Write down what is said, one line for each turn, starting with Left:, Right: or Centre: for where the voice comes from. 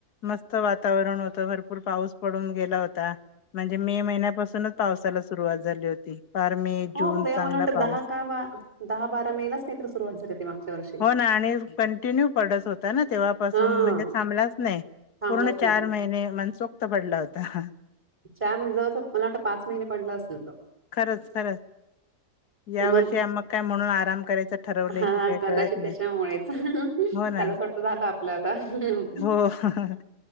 Left: मस्त वातावरण होत भरपूर पाऊस पडून गेला होता. म्हणजे मे महिन्यापासूनच पावसाला सुरुवात झाली होती. फार मे
Right: हो
Left: जून
Right: मगं ते
Left: चांगला
Right: मला वाटतं
Left: पाऊस
Right: दहा का, दहा, बारा मे ला च का ते सुरुवात झाली होती मागच्या वर्षी.
Left: हो ना आणि कंटिन्यू पडत होता ना तेव्हापासून,
Right: हा
Left: म्हणजे थांबलाच नाही,
Right: थांबलाच
Left: पूर्ण चार
Right: नाही तो
Left: महिने मनसोक्त पडला होता हा
Right: चार महिने जवळ जवळ मला वाटतय पाच महिने पडला असेल तो..
Left: खरंच, खरंच, या
Right: मग
Left: वर्षी आ मगं काय म्हणून आराम करायच ठरवलंय
Right: हा
Left: की काय
Right: कदाचित
Left: कळत नाही..
Right: त्याच्यामुळेच त्याला
Left: हो ना,
Right: असं वाटतं झालं आपलं आता. हम्म
Left: होऽऽऽ